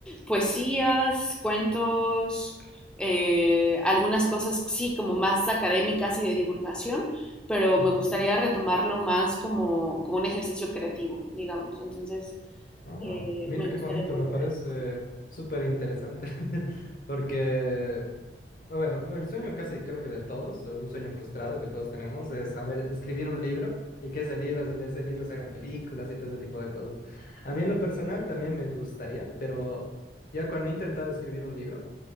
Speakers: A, in the centre; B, on the left (about 50°).
A: poesías, cuentos, eh, algunas cosas, sí, como más académicas y de divulgación, pero
B: Ujú.
A: me gustaría retomarlo más como, como un ejercicio creativo, digamos. Entonces,
B: Oh,
A: eh,
B: mira
A: me gustaría
B: qué bonito,
A: volver
B: me parece
A: a eso.
B: súper interesante. <laughs> Porque, bueno, el sueño casi creo que de todos, eh, un sueño frustrado que todos tenemos, es, a ver, escribir un libro y que ese libro, de ese libro se hagan películas y todo ese tipo de cosas. A mí en lo personal también me gustaría, pero ya cuando he intentado escribir un libro,